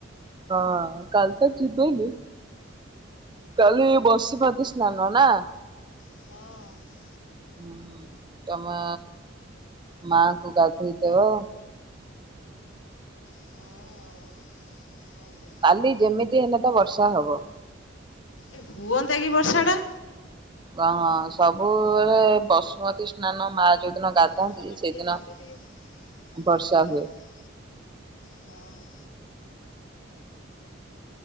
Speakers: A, on the right; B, on the left.
A: ହଁ କାଲ ତ ଜିବେନି। କାଲି ବସି ମତି ସ୍ନାାନ ନା?
B: ହଁ।
A: ହୁଁ ତମ ମାଙ୍କୁ ଗାଧୋଇଦବ।
B: ହଁ ଆଉ କଣ କରିବି।
A: କାଲି ଯେମିତି ହେନେ ତ ବର୍ଷା ହବ।
B: ଏ ହୁଅନ୍ତା କି ବର୍ଷା ଟା।
A: ହଁ ସବୁବେଳେ ବସୁମତୀ ସ୍ନାନ ମା ଯୋଉ ଦିନ ଗାଧାନ୍ତି
B: ବର୍ଷାଟା ଟିକେ
A: ସେଇଦିନ
B: ହେଲେ ଟିକେ
A: ବର୍ଷା
B: ଭଲ ଲାଗିବ
A: ହୁଏ।
B: ହଁ।